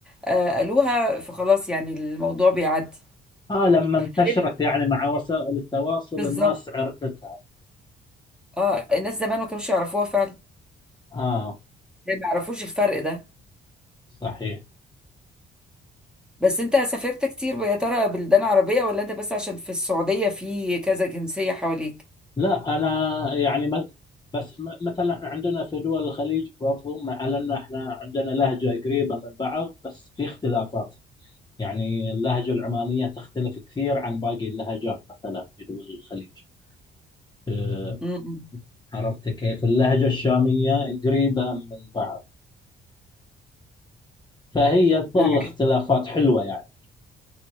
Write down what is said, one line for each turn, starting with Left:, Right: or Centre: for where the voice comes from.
Centre: آه قالوها فخلاص يعني الموضوع بيعدي
Left: اه لما انتشرت
Centre: غير
Left: يعني مع وسائل التواصل
Centre: بالظبط
Left: الناس عرفتها
Centre: اه الناس زمان ما كانوش يعرفوها فعلا
Left: اه
Centre: يعني ما يعرفوش الفرق ده
Left: صحيح
Centre: بس أنت سافرت كتير يا ترى بلدان عربية ولا أنت بس عشان في السعودية في كذا جنسية حواليك؟
Left: لا انا يعني م- بس م- مثلا احنا عندنا في دول الخليج برضو مع ان احنا عندنا لهجه قريبه من بعض بس في اختلافات يعني اللهجه العمانيه تختلف كثير عن باقي اللهجات مثلا في دول الخليج آه،
Centre: م-
Left: عرفت كيف اللهجه الشاميه قريبه من بعض فهي تظل
Centre: م.
Left: اختلافات حلوه يعني